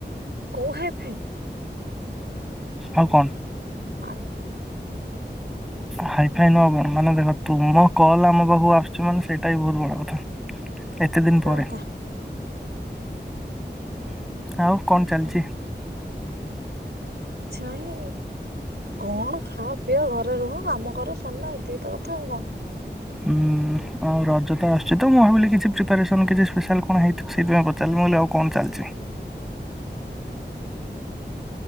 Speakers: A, on the right; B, in the centre.
A: କୋଉ ହାଇ ଫାଇ?
B: ଆଉ କଣ?
A: <unintelligible>
B: ହାଇ ଫାଇ ନୁହଁ ଆଉ କଣ ମାନେ ଦେଖ ତୁମ କଲ ଆମ ପଖକୁ ଆସୁଛୁ ମାନେ ସେଇଟା ବି ବହୁତ ବଡ କଥା। ଏତେ ଦିନି
A: କୋଉ
B: ପରେ
A: କଥା କିଛି
B: ଆଉ କଣ ଚାଲିଛି
A: ଛାଇଁ କଣ ଖାଓ ପିଅ ଘରେ ରୁହ କାମ କର ସରିଲା ତ ଏତିକି କଥା ଆଉ କଣ?
B: ହୁଁ ଆଉ ରଜ ତ ଆସୁଛି ତ ମୁଁ ଭାବିଲି କିଛି ପ୍ରିପାରେସନ୍ କିଛି ସ୍ପେଶାଲ କଣ ହେଇଥିବ? ସେଇଥିାଇଁ ପଚାରିଲି ଆଉ କଣ ଚାଲିଛି?
A: <unintelligible>